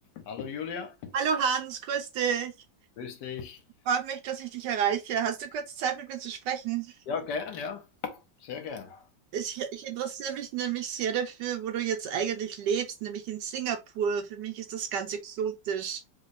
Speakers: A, on the left; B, on the right.
A: Hallo Julia,
B: Hallo Hans, grüß dich.
A: grüß dich.
B: Freut mich, dass ich dich erreiche. Hast du kurz Zeit, mit mir zu sprechen?
A: Ja, gern, ja, sehr gern.
B: Ich, ich interessiere mich nämlich sehr dafür, wo du jetzt eigentlich lebst, nämlich in Singapur. Für mich ist das ganz exotisch,